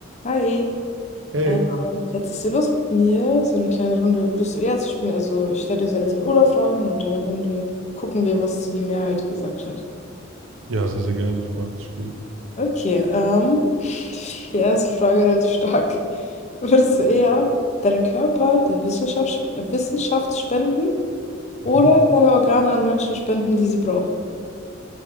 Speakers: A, on the left (about 35°); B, on the right (about 75°).
A: Hi,
B: Hey.
A: ähm, hättest du Lust mit mir, so eine kleine Runde würdest du eher zu spielen? Also ich stelle dir so Entweder-Oder-Fragen und dann am Ende gucken wir, was zu die Mehrheit gesagt hat.
B: Ja, sehr, sehr gerne. Ich mag das Spiel.
A: Okay, ähm, <laughs> die erste Frage relativ stark. <laughs> Würdest du eher deinen Körper der Wissenschaft, äh, Wissenschaft spenden oder
B: Mhm.
A: deine Organe an Menschen spenden, die sie brauchen?